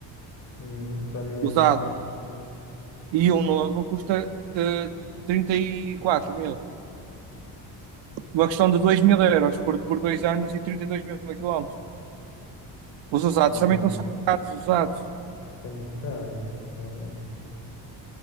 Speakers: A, on the left; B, on the right.
A: Hum, está menos.
B: usado. E um novo custa eh, trinta e quatro mil. Uma questão de dois mil euros por, por dois anos e trinta e dois mil quilómetros. Os usados
A: Ah, mas
B: também estão
A: esse,
B: super caros, os usados.
A: esse é muito caro, realmente.